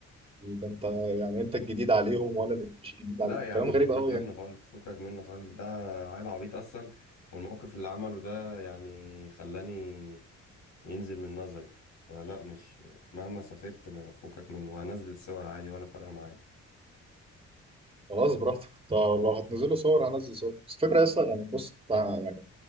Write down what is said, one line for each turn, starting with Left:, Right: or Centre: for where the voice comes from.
Right: وده انت يعني انت الجديد عليهم وانا اللي مش جديد
Left: لا
Right: عليهم
Left: يا
Right: كلام
Left: عم
Right: غريب
Left: فكك
Right: قوي
Left: منه
Right: يعني
Left: خالص فكك منه خالص ده عيل عبيط اصلا والموقف اللي عمله ده يعني خلاني ينزل من نظري فلا مش مهما سافرت ما فكك منه وهنزل صور عادي ولا فارقه معايا
Right: خلاص براحتك طب لو هتنزلوا صور هنزل صور بس الفكره اصلا يعني بص تع- يعني